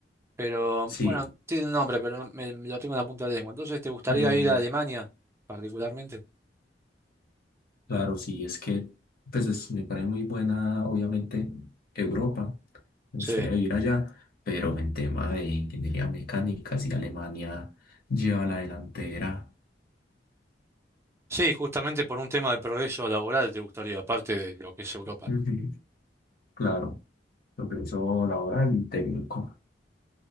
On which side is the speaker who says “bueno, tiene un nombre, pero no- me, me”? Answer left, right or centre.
Right